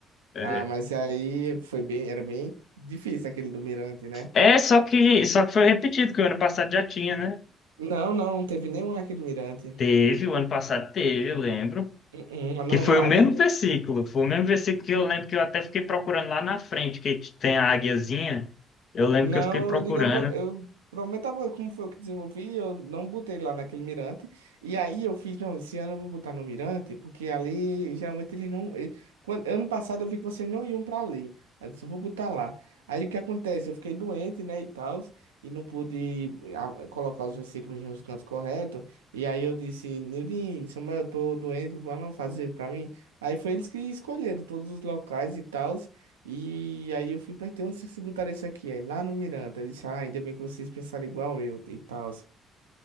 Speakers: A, on the left (about 50°); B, on the right (about 80°).
A: É,
B: Ah, mas aí foi bem. Era bem difícil aquele do mirante, né?
A: É, só que, só que foi repetido, que o ano passado já tinha, né?
B: Não, não, não teve nenhum naquele mirante.
A: Teve, o ano passado teve, eu lembro.
B: Uh-uh, Não,
A: Que foi
B: não, a
A: o mesmo
B: gente
A: versículo, foi o mesmo versículo que eu lembro que eu até fiquei procurando lá na frente, que tem a águiazinha. Eu lembro
B: Não,
A: que eu fiquei procurando.
B: eu digava, eu prometava como foi eu que desenvolvi, eu não botei lá naquele mirante. E aí eu fiz, não, esse ano eu vou botar no mirante, porque ali geralmente eles não. eh, Quando, ano passado eu vi que vocês não iam pra ali. Aí eu disse, eu vou botar lá. Aí o que acontece? Eu fiquei doente, né, e tal, e não pude ah, colocar os versículos nos cantos corretos. E aí eu disse, Nildinho, Samuel, eu tô doente, vão fazer pra mim. Aí foi eles que escolheram todos os locais e tal. E aí eu fui perguntar onde vocês botaram isso aqui? Aí lá no Miranda. Eu disse, ah, ainda bem que vocês pensaram igual eu e tal.